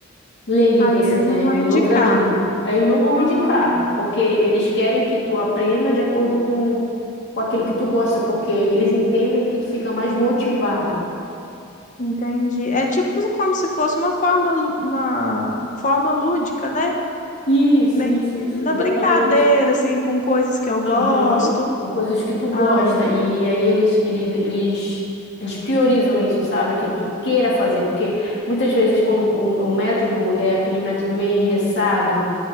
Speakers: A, on the left; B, on the left.
A: ler livro
B: Aí
A: assim,
B: eles
A: né,
B: não vão
A: em
B: indicar.
A: outra língua. Aí eles não vão
B: Aham.
A: indicar, porque eles querem que tu aprenda de acordo com, com aquilo que tu gosta, porque eles entendem que tu fica mais motivada.
B: Entendi. É tipo como se fosse uma forma, lu- uma forma lúdica, né?
A: Isso,
B: Meio
A: isso,
B: que
A: isso,
B: na
A: exatamente.
B: brincadeira, assim, com coisas que eu
A: Aham.
B: gosto.
A: Com coisas que tu gosta.
B: Ah, não.
A: E aí eles, eles, eles, eles priorizam isso, sabe? Que tu queira fazer, porque muitas vezes quando o, o método é aquele método meio engessado,